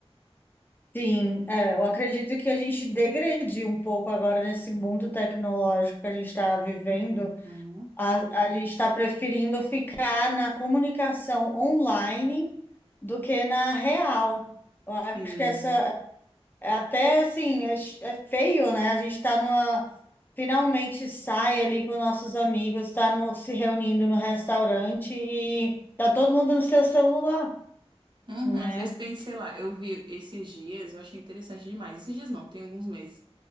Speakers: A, on the left; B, on the right.
A: Sim, é, eu acredito que a gente degrediu um pouco agora nesse mundo tecnológico que a gente está vivendo.
B: Uhum.
A: A, a gente está preferindo ficar na comunicação online do que na real. Eu
B: Sim.
A: acho que essa, é até assim, é, ch- é feio, né? A gente está numa, finalmente sai ali com nossos amigos, está no, se reunindo no restaurante e tá todo mundo no seu celular,
B: Uhum.
A: né?
B: Às vezes tem, sei lá, eu vi esses dias, eu achei interessante demais. Esses dias não, tem alguns meses.